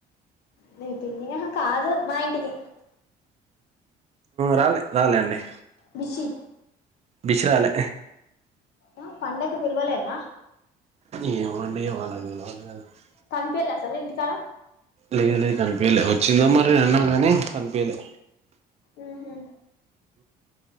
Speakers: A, on the left; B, on the right.
A: న పిని కాదు మాయంటికి
B: రాలే రాలే అండి
A: బిషి
B: బిస్రలే
A: ఆ పండకు పిలవలేద
B: ఏమో అండి వాళ్ళ <unintelligible>
A: కనిపిలాసల ఇంటికాల
B: లేదు లేదు కనిపయలే వచ్చిందో మరి విన్నాం కానీ కనిపి యలే
A: ఉహు